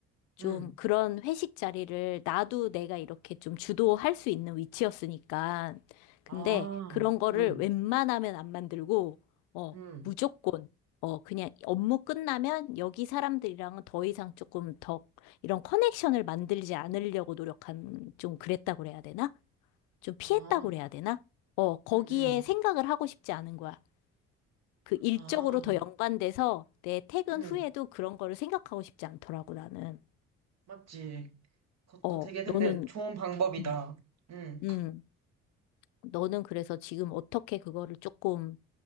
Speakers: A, on the left; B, on the right.
A: 좀
B: 응.
A: 그런 회식 자리를 나도 내가 이렇게 좀 주도할 수 있는 위치였으니까. 근데
B: 아,
A: 그런 거를
B: 응,
A: 웬만하면 안 만들고, 어,
B: 응.
A: 무조건, 어, 그냥 업무 끝나면 여기 사람들이랑은 더 이상 조금 더 이런 커넥션을 만들지 않으려고 노력한, 좀 그랬다고 그래야 되나? 좀 피했다고
B: 아,
A: 그래야 되나? 어, 거기에
B: 응, 응.
A: 생각을 하고 싶지 않은 거야. 그 일적으로
B: 아,
A: 더 연관돼서 내 퇴근
B: 응.
A: 후에도 그런 거를 생각하고 싶지 않더라고, 나는.
B: 맞지. 그것도
A: 어,
B: 되게 근데
A: 너는,
B: 좋은 방법이다.
A: 음,
B: 응.
A: 음, 너는 그래서 지금 어떻게 그거를 조금,